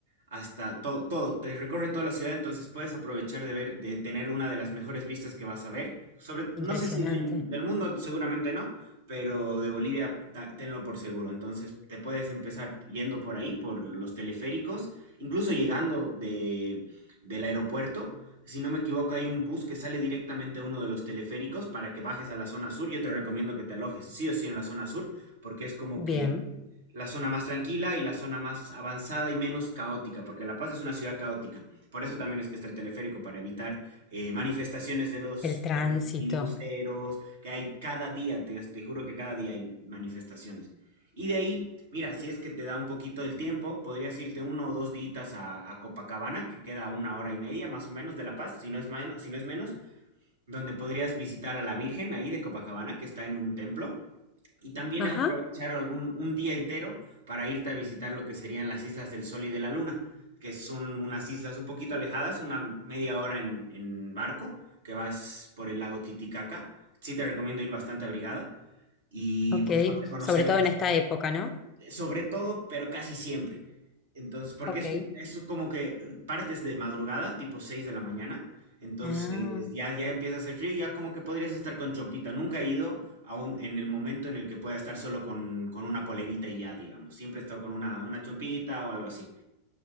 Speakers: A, on the right; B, on the left.
A: hasta todo, todo, te recorre toda la ciudad, entonces puedes aprovechar de ver, de tener una de las mejores vistas que vas a ver, sobre, no
B: Impresionante.
A: sé si del, del mundo seguramente no, pero de Bolivia ta- tenlo por seguro, entonces te puedes empezar yendo por ahí, por los teleféricos, incluso llegando de, del aeropuerto, si no me equivoco, hay un bus que sale directamente a uno de los teleféricos para que bajes a la zona sur. Yo te recomiendo que te alojes sí o sí en la zona sur, porque es como que
B: Bien,
A: la zona más tranquila y la zona más avanzada y menos caótica, porque La Paz es una ciudad caótica. Por eso también es que está el teleférico, para evitar eh, manifestaciones de los,
B: el tránsito.
A: de los minibuseros, que hay cada día, te, te juro que cada día hay manifestaciones. Y de ahí, mira, si es que te da un poquito del tiempo, podrías irte uno o dos días a, a Copacabana, que queda a una hora y media más o menos de La Paz, si no es menos, si no es menos, donde podrías visitar a la Virgen ahí de Copacabana, que está en un templo y también
B: Ajá,
A: aprovechar algún un día entero para irte a visitar lo que serían las islas del Sol y de la Luna, que son unas islas un poquito alejadas, una media hora en, en barco, que vas por el lago Titicaca. Sí te recomiendo ir bastante abrigada y
B: ok.
A: pues vas a conocer
B: Sobre todo
A: las
B: en esta época, ¿no?
A: sobre todo, pero casi siempre. Entonces, porque
B: Ok.
A: es, un- es como que eh, partes de madrugada, tipo 6 de la mañana. Entonces,
B: Ah,
A: ya, ya empieza a hacer frío y ya como que podrías estar con chompita. Nunca he ido aún en el momento en el que pueda estar solo con, con una polerita y ya, digamos. Siempre he estado con una, una chompita o algo así.